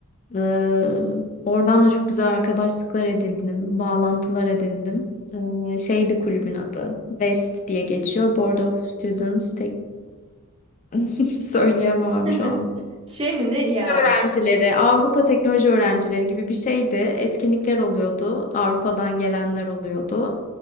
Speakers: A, on the left; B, on the right.
A: Ee, oradan da çok güzel arkadaşlıklar edindim, bağlantılar edindim. Ee, şeydi kulübün adı. West diye geçiyor. Board of Students <laughs> Söyleyemem
B: <laughs>
A: şu anda
B: Şey mi ne yani?
A: öğrencileri, Avrupa teknoloji öğrencileri gibi bir şeydi. Etkinlikler oluyordu. Avrupa'dan gelenler oluyordu.